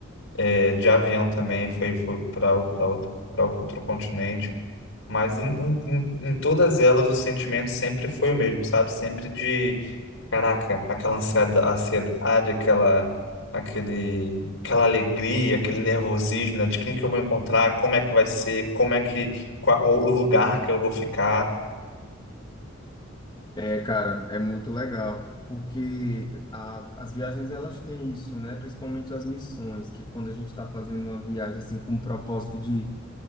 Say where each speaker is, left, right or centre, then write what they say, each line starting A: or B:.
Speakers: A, on the left (about 70°); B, on the left (about 20°).
A: eh, de avião também, fui, fui para outro, pra outro continente. Mas em, em, em em todas elas o sentimento sempre foi o mesmo, sabe? Sempre de, caraca, aquela ansieda- ansiedade, aquela, aquele, aquela alegria, aquele nervosismo, né? De quem que eu vou encontrar, como é que vai ser, como é que, qual, o lugar que eu vou ficar.
B: É, cara, é muito legal, porque a- as viagens elas têm isso, né? Principalmente as missões, que quando a gente está fazendo uma viagem assim com o propósito de